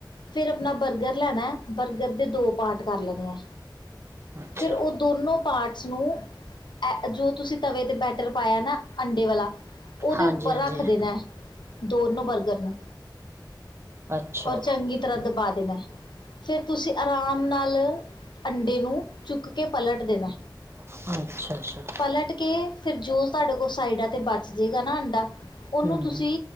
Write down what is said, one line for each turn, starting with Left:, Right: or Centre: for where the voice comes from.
Left: ਫੇਰ ਆਪਣਾ ਬਰਗਰ ਲੈਣਾ ਬਰਗਰ ਦੇ ਦੋ ਪਾਟ ਕਰ ਲੈਣੇ ਐ।
Right: ਅੱਛਾ
Left: ਫਿਰ ਓ ਦੋਨੋਂ ਪਾਰਟਸ ਨੂੰ ਐ ਜੋ ਤੁਸੀਂ ਤਵੇ ਤੇ ਬੈਟਰ ਪਾਇਆ ਨਾ ਅੰਡੇ ਵਾਲਾ ਉਦੇ
Right: ਹਾਂਜੀ
Left: ਉੱਪਰ
Right: ਹਾਂਜੀ
Left: ਰੱਖ ਦੇਣਾ ਦੋਨੋਂ ਬਰਗਰ ਨੂੰ।
Right: ਅੱਛਾ
Left: ਔਰ ਚੰਗੀ ਤਰਾ ਦਬਾ ਦੇਣਾ। ਫੇਰ ਤੁਸੀਂ ਆਰਾਮ ਨਾਲ ਅੰਡੇ ਨੂੰ ਚੁੱਕ ਕੇ ਪਲਟ ਦੇਣਾ।
Right: <unintelligible>
Left: ਪਲਟ ਕੇ ਫੇਰ ਜੋ ਸਾਡੇ ਕੋਲ ਸਾਈਡਾਂ ਤੇ ਬਚ ਜੇਗਾ ਨਾ ਅੰਡਾ ਉਨੂੰ
Right: ਹੂੰ
Left: ਤੁਸੀਂ